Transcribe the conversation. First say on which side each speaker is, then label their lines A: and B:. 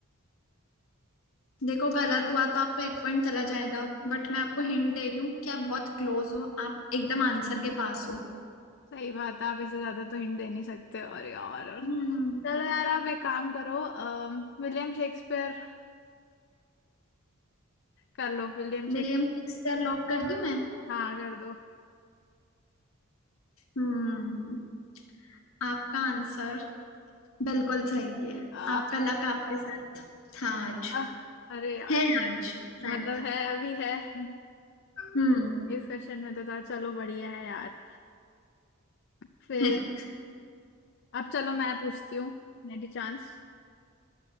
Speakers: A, on the left; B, on the left.
A: देखो गलत हुआ तो आपका एक पॉइंट चला जाएगा बट मैं आपको हिंट दे रही हूँ कि आप बहुत क्लोज हो आप एकदम आंसर के पास हो
B: सही बात है आप इससे ज्यादा तो हिंट दे नहीं सकते और यार
A: हम्म
B: चलो यार आप एक काम करो विलियम शेक्सपियर कर लो विलियम शेक्स
A: विलियम शेक्सपियर लॉक कर दूं मैं
B: हाँ कर दो
A: हम्म आपका आंसर बिल्कुल सही है
B: आ,
A: आपका लक आपके साथ था आज
B: आ, अरे यार
A: है आज इनफैक्ट
B: मतलब है अभी है <laughs>
A: हम्म
B: इस क्वेश्चन में तो था चलो बढ़िया है यार फिर
A: <laughs>
B: अब चलो मैं पूछती हूँ मेरी चांस